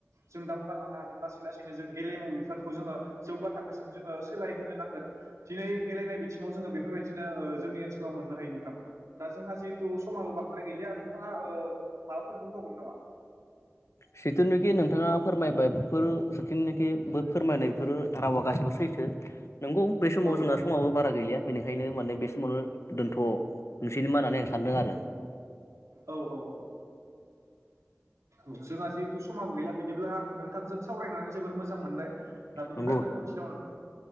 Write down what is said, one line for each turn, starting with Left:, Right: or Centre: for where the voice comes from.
Right: जों दावगालांनो हागोन लासै लासैनो जों गेलेमु बिफानखौ जोङो जौगा थाखोसिम जोङो सोलाय होनो नांगोन दिनै गेलेनाय बिथिङाव जोङो बेफोरबायदिनो ओ जोंनि ओनसोलाव मोननो हायो नोंथां दा जोंहा जिहेथु समाबो बांद्राय गैलिया नोंथाङा ओ माबाफोर बुंबावगोन नामा?
Left: सिथुनोखि नोंथाङा फोरमायबाय बेफोर सेथुनोखि फोरमायनाय बेफोर रावा गासिबो सैथो। नंगौ बे समाव
Right: औ
Left: जोंहा समाबो बारा गैलिया बेनिखायनो माने बे समावनो दोनथ' अ नोंसोरनि मानानै आं सानदों आरो
Right: औ औ औ जोंहा जिहेथु समाबो गैला बिदिब्ला नोंथांजों सावरायनानै जोबोर मोजां मोनबाय दा बिदिब्ला
Left: नंगौ
Right: दोनथ'नोसै नाम नोंथां